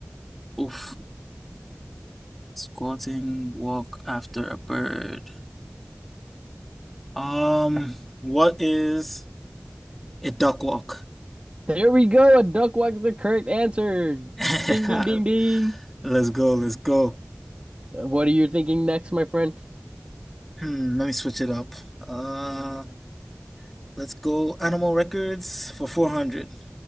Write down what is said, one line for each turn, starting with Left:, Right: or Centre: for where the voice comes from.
Centre: Oof. Squatting, walk after a bird. Um, what is a duck walk?
Right: There we go. A duck walk is the correct answer.
Centre: <laughs>
Right: Ding, ding, ding, ding.
Centre: Let's go, let's go.
Right: What are you thinking next, my friend?
Centre: Hmm, let me switch it up. Uh, let's go Animal Records for 400.